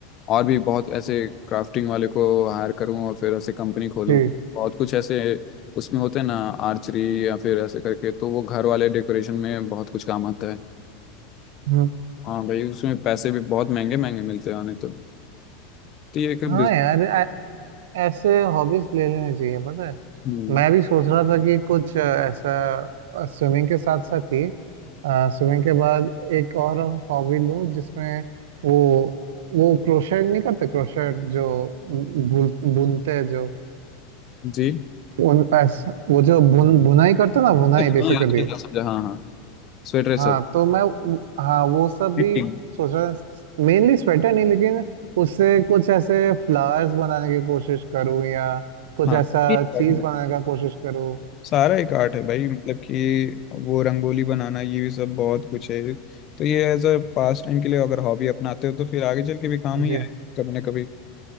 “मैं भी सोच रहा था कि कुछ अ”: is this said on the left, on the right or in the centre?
Right